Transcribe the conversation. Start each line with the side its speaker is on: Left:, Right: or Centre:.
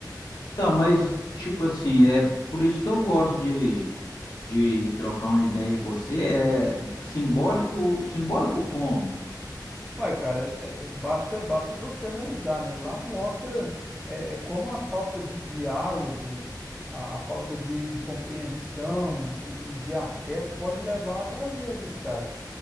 Left: Não, mas, tipo assim, é por isso que eu gosto de, de trocar uma ideia com você. É simbólico, simbólico como?
Centre: Olha, cara, é- é- basta, basta você analisar, né? Lá mostra é, é, como a falta de diálogo, a, a falta de, de compreensão e, e de afeto pode levar a tragédias, cara.